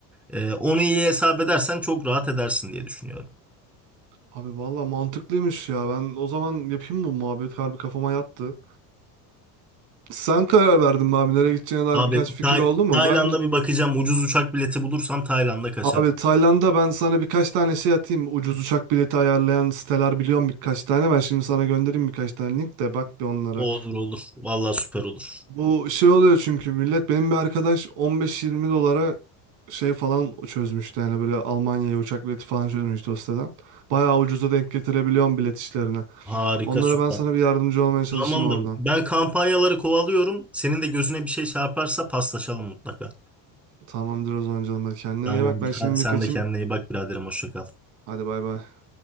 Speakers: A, in the centre; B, on the right (about 70°).
A: E, onu iyi hesap edersen çok rahat edersin diye düşünüyorum.
B: Abi valla mantıklıymış ya. Ben o zaman yapayım mı bu muhabbet? Harbi kafama yattı. Sen karar verdin mi abi nereye gideceğine dair
A: Abi
B: birkaç fikir
A: Tay-
B: oldu mu?
A: Tayland'a
B: Ben
A: bir bakacağım. Ucuz uçak bileti bulursam Tayland'a kaçarım.
B: Abi Tayland'a ben sana birkaç tane şey atayım. Ucuz uçak bileti ayarlayan siteler biliyorum birkaç tane. Ben şimdi sana göndereyim birkaç tane link de bak bir onlara.
A: Olur olur. Vallahi süper olur.
B: Bu şey oluyor çünkü millet benim bir arkadaş 15-20 dolara şey falan çözmüştü. Yani böyle Almanya'ya uçak bileti falan çözmüştü o siteden. Bayağı ucuza denk getirebiliyorum bilet işlerine.
A: Harika
B: Onlara
A: süper.
B: ben sana bir yardımcı olmaya çalışayım
A: Tamamdır.
B: oradan.
A: Ben kampanyaları kovalıyorum. Senin de gözüne bir şey çarparsa paslaşalım mutlaka.
B: Tamamdır o zaman canım. Hadi kendine
A: Tamamdır.
B: iyi bak. Ben şimdi
A: Hadi sen
B: bir kaçayım.
A: de kendine iyi bak biraderim. Hoşça kal.
B: Hadi bay bay.